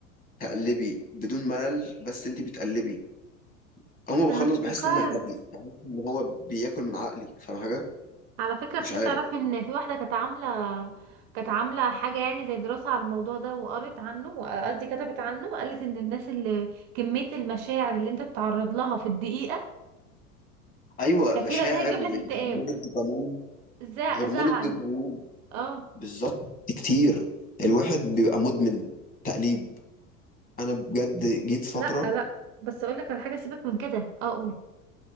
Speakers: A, on the left; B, on the right.
A: تقلبي بدون ملل بس أنت بتقلبي أول ما بخلص
B: انا افتكرت
A: بحس إن أنا غبي بحس إن هو بياكل من عقلي فاهم حاجة؟
B: على فكرة
A: مش
B: في
A: عارف
B: تعرفي ان في واحدة كانت عاملة كانت عاملة حاجة يعني زي دراسة على الموضوع ده وقرت عنه قصدي كتبت عنه وقالت ان الناس اللي كمية المشاعر اللي انت بتعرض لها في الدقيقة
A: أيوه
B: كفيلة
A: مشاعر
B: ان هي تجيب
A: وهرمون
B: لك اكتئاب
A: الدوبامين
B: زع
A: هرمون
B: زعل
A: الدوبامين
B: اه
A: بالضبط كتير، الواحد بيبقى مُدمن تقليب، أنا بجد جيت فترة
B: لا لا بس اقول لك على حاجة سيبك من كده اه قول